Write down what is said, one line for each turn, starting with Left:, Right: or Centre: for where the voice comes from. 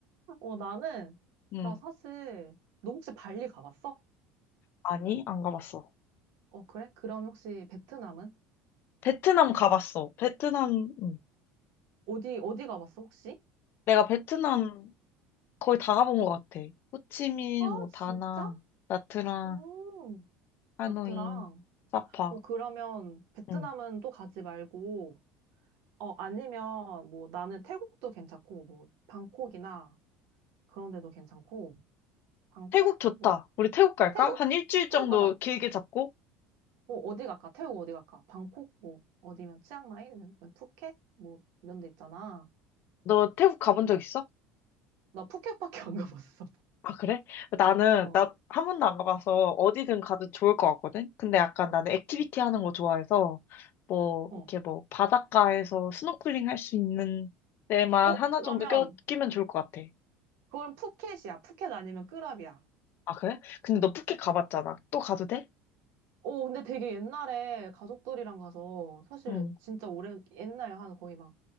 Right: 어, 나는,
Left: 응.
Right: 나 사실, 너 혹시 발리 가봤어?
Left: 아니, 안 가봤어.
Right: 어, 그래? 그럼 혹시 베트남은?
Left: 베트남 가봤어. 베트남, 응.
Right: 어디, 어디 가봤어, 혹시?
Left: 내가 베트남 거의 다 가본 것 같아. 호치민,
Right: 아,
Left: 뭐
Right: 진짜?
Left: 다낭, 나트랑,
Right: 오,
Left: 하노이,
Right: 나트랑.
Left: 사파.
Right: 어, 그러면 베트남은
Left: 응.
Right: 또 가지 말고, 어, 아니면 뭐 나는 태국도 괜찮고, 뭐, 방콕이나 그런 데도 괜찮고, 방콕?
Left: 태국 좋다.
Right: 뭐,
Left: 우리 태국 갈까?
Right: 태국?
Left: 한 일주일
Right: 태국
Left: 정도
Right: 가자.
Left: 길게 잡고.
Right: 어, 어디 갈까? 태국 어디 갈까? 방콕 뭐 어디면 치앙마이 아니면 푸켓 뭐 이런 데 있잖아.
Left: 너 태국 가본 적 있어?
Right: 나 푸켓밖에 안 가봤어. <laughs>
Left: 아, 그래? 나는,
Right: 어,
Left: 나 한 번도 안 가봐서 어디든 가도 좋을 것 같거든? 근데 약간 나는 액티비티 하는 거 좋아해서, 뭐,
Right: 어.
Left: 이렇게 뭐, 바닷가에서 스노클링 할 수 있는 데만
Right: 어,
Left: 하나
Right: 그러면
Left: 정도 껴, 끼면 좋을 것 같아.
Right: 그건 푸켓이야. 푸켓 아니면 끄랍이야.
Left: 아, 그래? 근데 너 푸켓 가봤잖아.
Right: 어.
Left: 또 가도 돼?
Right: 어, 근데 되게 옛날에 가족들이랑 가서 사실
Left: 응.
Right: 진짜 오래 옛날에 한 거의 막